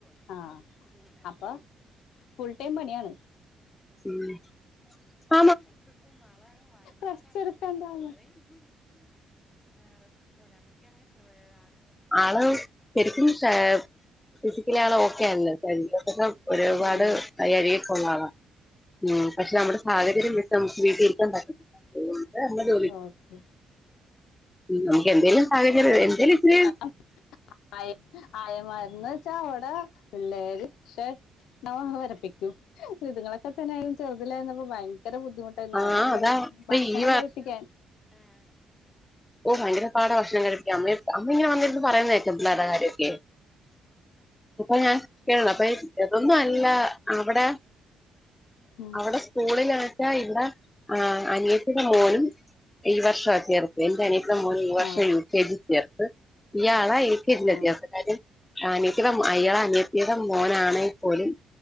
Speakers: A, on the left; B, on the left.
A: ആ അപ്പോ ഫുൾ ടൈം പണിയാണ്
B: ഉം <unintelligible> <unintelligible> <unintelligible>
A: റെസ്റ്റ് എടുക്കണ്ടാന്ന്
B: ആള് ശരിക്കും കാ ഫിസിക്കലി ആള് ഓക്കെ ആല്ലേ? <unintelligible> ഒരുപാട്
A: ഓഹ്
B: വയ്യാഴിക ഉള്ള ആളാ ഉം പക്ഷേ നമ്മുടെ സാഹചര്യം വെച്ച് നമുക്ക് വീട്ടിൽ നിക്കാൻ പറ്റ <unintelligible> ജോലി
A: ഓക്കെ
B: നമുക്ക് എന്തെങ്കലും സാഹചര്യം എന്തേലും ഇച്ചിരി
A: ആ ആയ ആയമാര് എന്ന് വെച്ചാ അവിടെ പിള്ളേര് ക്ഷ ണ്ണ വരപ്പിക്കും ഇതുങ്ങളൊക്കെ തന്നെ ചെറുതലായിരുന്നപ്പോ ഭയ ങ്കര ബുദ്ധിമുട്ടായിരുന്നുന്ന്
B: ആഹ്
A: ആയമാര്
B: അതാ
A: പറയും
B: ഇപ്പൊ
A: ഭക്ഷണം
B: ഈ
A: കഴിപ്പിക്കാൻ
B: ഓ ഭയങ്കര പാടാ ഭക്ഷണം കഴിപ്പിക്കാൻ അമ്മ അമ്മ ഇങ്ങനെ വന്നിരുന്ന് പറയു കേക്കാം പിള്ളേരുടെ കാര്യക്കെ. ഇപ്പൊ ഞാൻ <unintelligible> ഇതൊന്നും അല്ല അവിടെ
A: ഉം
B: അവിടെ സ്കൂളിലാക്കാ ഇവിടെ ആ അനിയത്തിടെ മോനും ഈ വർഷാ ചേർ എന്റെ അനിയ ന്റെ മോൻ ഈ വർഷം
A: ആഹ്
B: യു കെ ജി ചേർത്ത് അഹ് എൽ കെ ജിലെത്തിയോ
A: ആഹ്
B: <unintelligible> അനിയത്തിടെ എളയ അനിയത്തീടെ മോനാണെങ്കിൽ പോലും